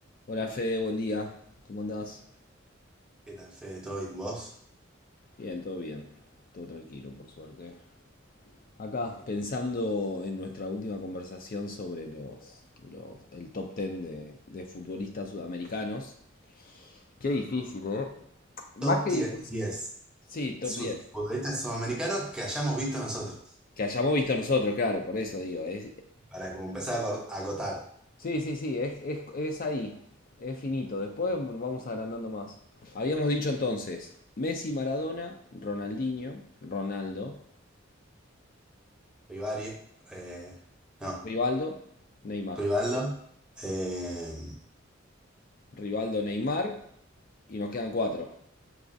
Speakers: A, on the left (about 45°); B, in the centre.
A: Hola Fede, buen día. ¿Cómo andás?
B: ¿Qué tal, Fede? ¿Todo bien? ¿Vos?
A: Bien, todo bien. Todo tranquilo, por suerte. Acá, pensando en nuestra última conversación sobre los, los- el top ten de, de futbolistas sudamericanos. Qué difícil, ¿eh? Más
B: Top
A: que difícil.
B: tie- diez
A: Sí, top
B: su-
A: 10.
B: futbolistas sudamericanos que hayamos visto nosotros.
A: Que hayamos visto nosotros, claro, por eso digo. es-
B: Para como empezar a cor- a acotar.
A: Sí, sí, sí, es, es- es ahí. Es finito. Después vamos agrandando más. Habíamos dicho entonces, Messi, Maradona, Ronaldinho, Ronaldo,
B: Rivari, eh, no,
A: Rivaldo, Neymar.
B: Rivaldo. eh,
A: Rivaldo, Neymar. Y nos quedan cuatro.